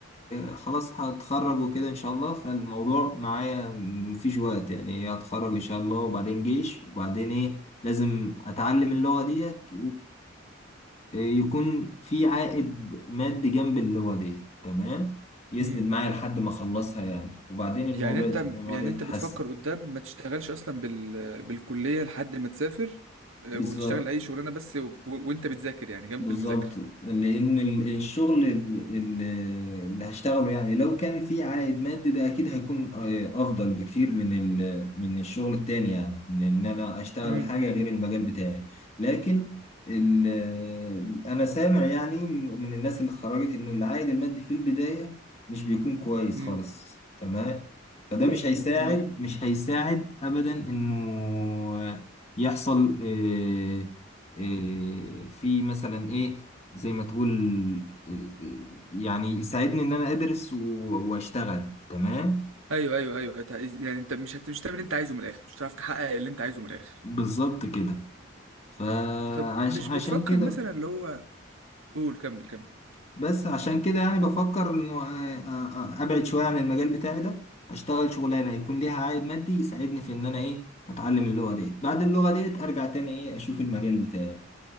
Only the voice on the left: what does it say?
آه، خلاص هتخرج وكده إن شاء الله فالموضوع معايا مفيش وقت يعني هتخرج إن شاء الله وبعدين جيش وبعدين إيه لازم أتعلم اللغة ديت آه، يكون في عائد مادي جنب اللي تمام يسند
معايا لحد ما اخلصها يعني وبعدين الموضوع
الموضوع
يتحسن
بالظبط
بالظبط
لان ال- الشغل ب- ال- اللي هشتغله يعني لو كان في عائد مادي ده اكيد هيكون آه، افضل بكتير من ال- من الشغل التاني يعني من ان انا اشتغل
حاجه
غير
المجال بتاعي لكن ال- آه، انا سامع يعني من الناس اللي اتخرجت ان العائد المادي في البدايه مش بيكون كويس
خالص تمام فده مش هيساعد
مش هيساعد ابدا انه يحصل آه، آه، في مثلا ايه زي ما تقول آه، يعني يساعدني ان انا ادرس و- واشتغل تمام
بالظبط كده فعشان
عشان
كده
بس عشان كده يعني بفكر انه آه، آه، آه، ابعد شوية عن المجال بتاعي ده اشتغل شغلانة يكون ليها عائد مادي يساعدني في ان انا ايه اتعلم اللغة ديت بعد اللغة ديت ارجع تاني ايه اشوف المجال بتاعي